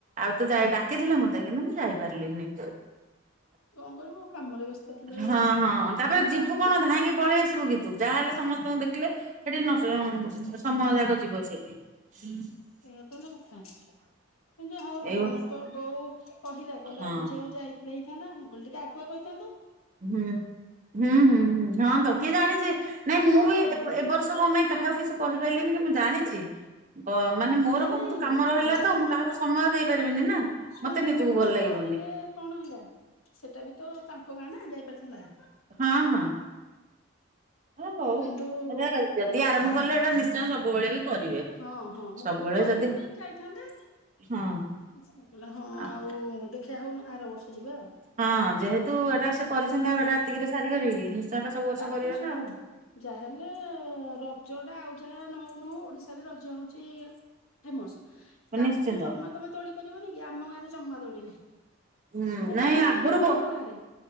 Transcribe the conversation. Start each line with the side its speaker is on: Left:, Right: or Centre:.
Right: ଆଉ ତ ଯାଇ ଡାକିଥିଲେ ମତେ କିନ୍ତୁ ମୁଁ ଯାଇପାରିଲିିନି।
Left: କଣ କରିବୁ କାମରେ ବ୍ୟସ୍ତ ଥିଲେ
Right: ହଁ- ହଁ ତାପରେ
Left: ନ
Right: ଯିବୁ
Left: କେମିତି
Right: କଣ ଧାଇଁକି ପଳେଇ ଆସିବୁ କି ଯାହାହେଲେ ସମସ୍ତଙ୍କୁ ଦେଖିଲେ ସେଠି <unintelligible> ସମୟ ଯାକ ଯିବ ସେଠି। ହୁଁ
Left: ଏଇଆ ତାହାଲେ କଥା। କିନ୍ତୁ ହଉ
Right: ଏଇ
Left: ତମର ତ ବଉ କହିଲା- କହିଲା
Right: ହଁ।
Left: ଆଲ ଝିଅ ଯାଇ ଥିଲେ ହେଇଥାନ୍ତା ମୁ କହିଲି ଟିକେ ଆଗୁଆ କହିଥାନ୍ତୁ
Right: ହୁଁ ହୁଁ ହୁଁ ହୁଁ ହଁ ତ କିଏ ଜାଣିଛି ନାଇଁ ମୁଁ
Left: ହଁ
Right: ବି ଏବ
Left: ମାନେ
Right: ବର୍ଷ ମ ପାଇଁ କାହାକୁ କିଛି କହିପାରିଲିନି କି ମୁଁ ଜାଣିଛି ଅ ମାନେ ମୋର
Left: ନାଇଁ
Right: ବହୁତ
Left: ନାଇଁ
Right: କାମ ରହିଲା
Left: ତୁ
Right: ତ ମୁଁ
Left: ନ
Right: କାହାକୁ ସମୟ ଦେଇପାରିବିନି ନା
Left: ଶୁଣୁ
Right: ମତେ ନିଜକୁ
Left: ତୁ
Right: ଭଲ
Left: ନ
Right: ଲାଗିବନି
Left: କହିଲେ କଣ ହେଲା ସେଟା ବି ତ ତାଙ୍କ ଗାଁ ନା ଯାଇପାରିଥାନ୍ତା
Right: ହଁ ହଁ ହଉ
Left: କିନ୍ତୁ
Right: ଯଦି ଆରମ୍ଭ
Left: ଯେହେତୁ
Right: କଲେ ଏଟା ନିଶ୍ ତ ସବୁବେଳେ ବି କରିବେ
Left: ହଁ ହଁ ମୁଁ
Right: ସବୁବେଳେ
Left: କହିଲି ତୁ କହିଲୁନି
Right: ଯଦି
Left: ଯାଇଥାନ୍ତେ
Right: ହଁ
Left: ସେ କହିଲା ହଁ
Right: ଆ
Left: ଆଉ ଦେଖିବା ହଉନ ଆର ବର୍ଷ ଯିବା ଆଉ
Right: ହଁ ଯେହେତୁ ଏଟା ସେ କରିଛନ୍ତି ଆଉ ଏଟା ଏତିକିରେ ସାରି କରିବି ନିଶ୍ଚୟଟା ସବୁ ବର୍ଷ
Left: ତାପରେ
Right: କରିବେନା
Left: ଶୁଣୁ
Right: ଆଉ
Left: ଯାହାହେଲେ ରଜ ଟା ଆଉ ଯାହା ନଉନଉ ଓଡିଶାରେ ରଜ ହଉଛି ଫେମସ୍ ତାକୁ
Right: ନିଶ୍ଚିନ୍ତ
Left: ଜମା ତମେ ତୋଳି କରିବନି କି ଆମ ଗାଁରେ ଜମା ତୋଳି ନାହିଁ
Right: ହୁଁ
Left: ଗୋଟେ
Right: ନାଇଁ
Left: ବି
Right: ଆଗରୁ
Left: ଦୋଳି ନାହିଁ
Right: ବ
Left: ଆମ ଗାଁରେ